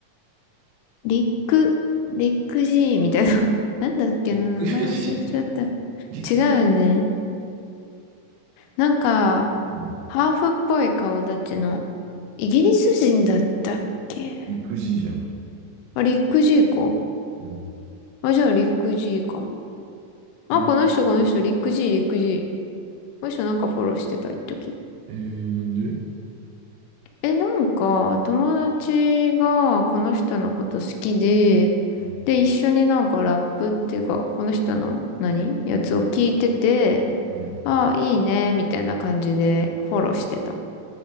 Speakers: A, on the left (about 80°); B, on the right (about 85°).
A: リック、リック G みたいな。<laughs> なんだっけな名前忘れちゃった。
B: ビッグ G。
A: 違うね。
B: ビッグ、
A: なんか、
B: うん
A: ハーフっぽい顔立ちの、イギリス人だったっけ
B: ビッグ G じゃん。
A: あ、リック G か。
B: うん。
A: あ、じゃあリック G かも。あ、
B: えー、
A: この人この人、リック G、リック G。この人なんかフォローしてた、一時。
B: えーなんで
A: え、なんか、友達がこの人のこと好きで、
B: うん。
A: で、一緒になんかラップっていうか、この人の何やつを聞いてて、
B: うん
A: ああ、いいね、みたいな感じでフォローしてた。